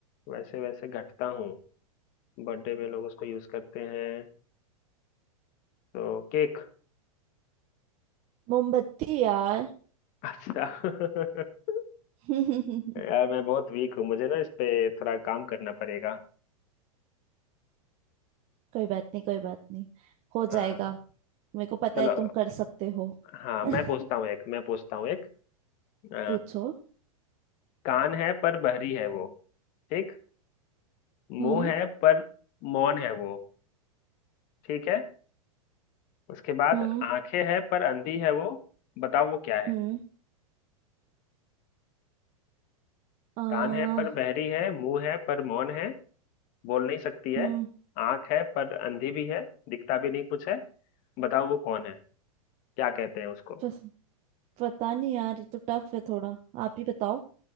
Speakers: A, on the left; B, on the right.
A: वैसे वैसे घटता हूँ बर्थडे में लोग उसको यूज करते हैं तो केक
B: मोमबत्ती यार <laughs>
A: अच्छा <laughs>
B: कोई
A: यार मैं बहुत वीक हूँ मुझे ना इस पे थोड़ा काम करना पड़ेगा
B: बात नहीं कोई बात नहीं हो जाएगा
A: हाँ
B: मेरे को पता
A: चलो
B: है तुम कर सकते हो
A: हाँ
B: <laughs>
A: मैं पूछता हूँ एक मैं पूछता हूँ एक अ,
B: पूछो
A: कान है पर बहरी है वो ठीक
B: हम्म
A: मुंह है पर मौन है वो ठीक है उसके बाद
B: हम्म
A: आंखें है पर अंधी है वो बताओ वो क्या है
B: हम्म आ
A: कान है पर बहरी है मुंह है पर मौन है बोल नहीं सकती है
B: हम्म
A: आंख है पर अंधी भी है दिखता भी नहीं कुछ है बताओ वो कौन है क्या कहते हैं उसको
B: पस, पता नहीं यार ये तो टफ है थोड़ा आप ही बताओ